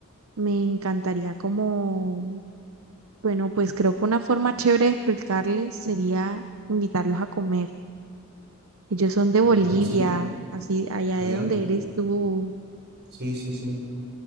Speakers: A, on the right (about 70°); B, on the right (about 50°).
A: Me encantaría como, bueno, pues creo que una forma chévere de explicarles sería invitarlos a comer. Ellos son de
B: Ya,
A: Bolivia,
B: sí,
A: así allá
B: allá.
A: de donde eres tú.
B: Sí, sí, sí.